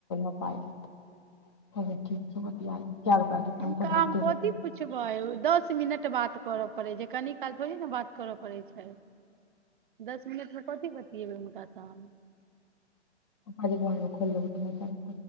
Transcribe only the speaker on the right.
हुनका
हम
कथी
पुछबै दस मिनट बात करऽ पड़े छै कनि काल थोड़ी ने बात करऽ पड़ै छै दस मिनट मे कथी बतियेबे हुनका स हम